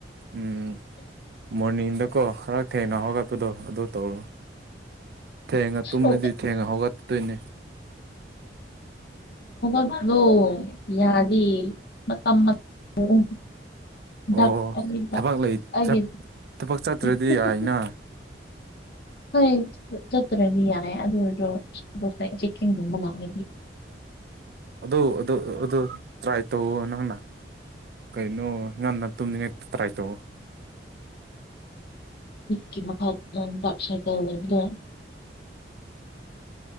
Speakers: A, on the right (about 60°); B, on the left (about 55°).
A: ꯎꯝ꯫ ꯃꯣꯔꯅꯤꯡꯗꯀꯣ ꯈꯔꯛ ꯊꯦꯡꯅ ꯍꯒꯄꯗꯣ ꯑꯗꯨꯗ ꯇꯧꯣ ꯊꯦꯡꯉ ꯇꯨꯝꯗꯤ
B: ꯑꯣ
A: ꯊꯦꯡꯉ ꯍꯒꯠꯇꯣꯏꯅꯦ
B: ꯒꯗꯣ ꯌꯥꯔꯤ ꯃꯇꯝ ꯑꯣ
A: ꯑꯣ
B: ꯗꯥꯛ ꯑꯔꯤꯕ
A: ꯊꯕꯛ ꯂꯩ
B: ꯑꯩꯒꯤ
A: ꯊꯕꯛ ꯆꯠꯇ꯭ꯔꯗꯤ
B: <unintelligible>
A: ꯌꯥꯏꯅ
B: ꯍꯣꯏ ꯆꯠꯇ꯭ꯔꯗꯤ ꯌꯥꯔꯦ ꯑꯗꯨ ꯑꯣꯏ ꯗꯣꯁ ꯆꯤꯟꯒꯨꯝꯕ ꯂꯥꯛꯑ
A: ꯑꯗꯨ ꯑꯗꯨ ꯑꯗꯨ ꯇ꯭ꯔꯥꯏ ꯇꯧꯋ ꯅꯪꯅ ꯀꯩꯅꯩꯅꯣ ꯉꯟꯅ ꯇꯨꯝꯅꯤ ꯉꯠꯇ꯭ꯔꯥꯏ ꯇꯧꯑꯣ
B: <unintelligible>